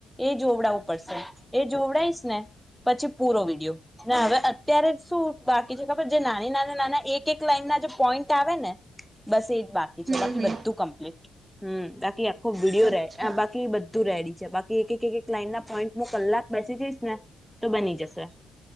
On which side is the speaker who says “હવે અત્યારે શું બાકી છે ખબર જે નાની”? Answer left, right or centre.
Centre